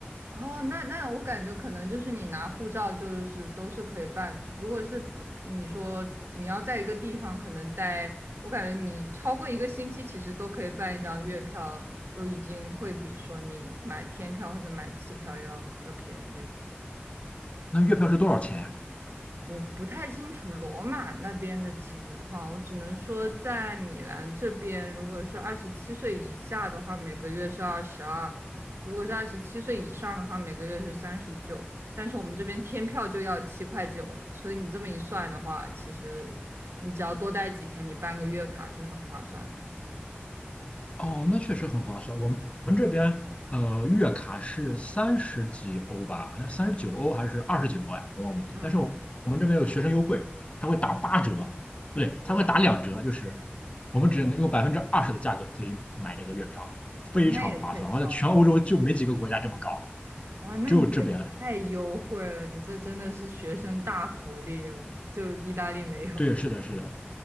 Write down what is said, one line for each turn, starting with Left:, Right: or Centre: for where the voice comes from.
Right: 哦，那那我感觉可能就是你拿护照就是都是可以办，如果是不你说你要在一个地方可能待，我感觉你超过一个星期其实都可以办一张月票，都已经会比说你买天票或者买次票要要便宜了。
Left: 那月票是多少钱呀？
Right: 我不太清楚罗马那边的情况，我只能说在米兰这边，如果是二十七岁以下的话，每个月是二十二；如果是二十七岁以上的话，每个月是三十九。但是我们这边天票就要七块九了，所以你这么一算的话，其实你只要多待几天，你办个月卡是很划算的。
Left: 哦，那确实很划算。我们呃，月卡是三十几欧吧，好像三十九欧还是二十九欧呀，我忘记。
Right: 嗯，
Left: 但是我有学生优惠，他会打八折，
Right: 哦
Left: 不对，
Right: 哦，
Left: 他会打两折，就是我们只能用百分之二十的价格可以买这个月票，
Right: 哇，
Left: 非常划算。
Right: 那也太爽了！
Left: 我在全欧洲就没几个国家这么搞，
Right: 哇，那你这个太优惠了，
Left: 只有这边。
Right: 你这真的是学生大福利，就意大利没有。
Left: 对，是的，是的，